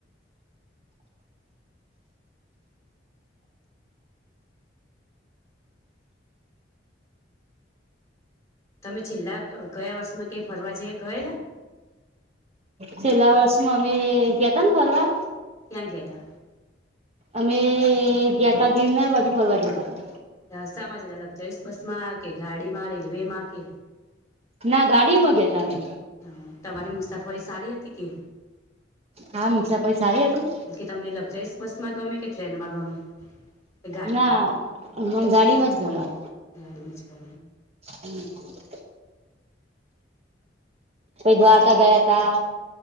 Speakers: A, on the left; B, on the right.
A: તમે છેલ્લા ગયા વર્ષમાં કઈ ફરવા જેઈએ કહેલા
B: છેલ્લા વર્ષમાં અમે ગયાતા ને ખરવા
A: ક્યાં ઘતા
B: અમે ગયાતા ઘીરનાર બાજુ ફરવા જતા હતા
A: રસ્તામાં છે લક્ઝરીસ બસ માં કે ગાડી માં રેલવે માં કે
B: ના ગાડીમાં ગતામે
A: હ તમારી મુસાફરી સારી હતી કે
B: હા મુસા પૈસ આવી હતું
A: એટલે કે તમને લગ જઈસ બસ માં ગમે કે ટ્રેનમાં ગમે કે ગાડીમાં
B: ના હ ગાડીમાં જ ગણ
A: ગાડી મછા
B: હમ <inaudible> કો દ્વારકા ગયા તા